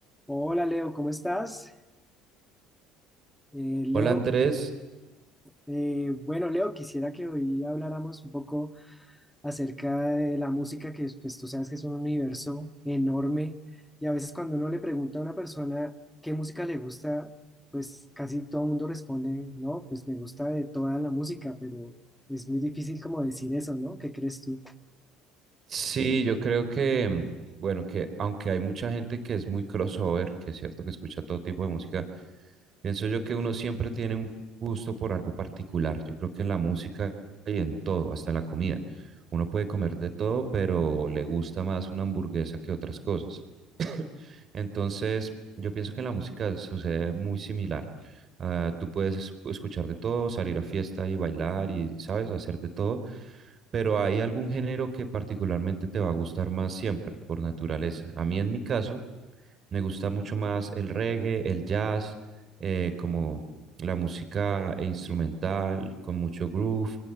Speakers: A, in the centre; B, on the right.
A: Hola Leo, ¿cómo estás? Eh, Leo,
B: Hola Andrés,
A: eh, bueno Leo, quisiera que hoy habláramos un poco acerca de la música, que pues tú sabes que es un universo enorme y a veces cuando uno le pregunta a una persona qué música le gusta, pues casi todo el mundo responde, no, pues me gusta de toda la música, pero es muy difícil como decir eso, ¿no? ¿Qué crees tú?
B: sí, yo creo que, mm, bueno, que aunque hay mucha gente que es muy crossover, que es cierto que escucha todo tipo de música, pienso yo que uno siempre tiene un gusto por algo particular. Yo creo que en la música y en todo, hasta en la comida, uno puede comer de todo, pero le gusta más una hamburguesa que otras cosas. Entonces, yo pienso que en la música sucede muy similar. Ah, tú puedes escu- escuchar de todo, salir a fiesta y bailar y, ¿sabes?, hacer de todo, pero hay algún género que particularmente te va a gustar más siempre, por naturaleza. A mí, en mi caso, me gusta mucho más el reggae, el jazz, eh, como la música instrumental, con mucho groove,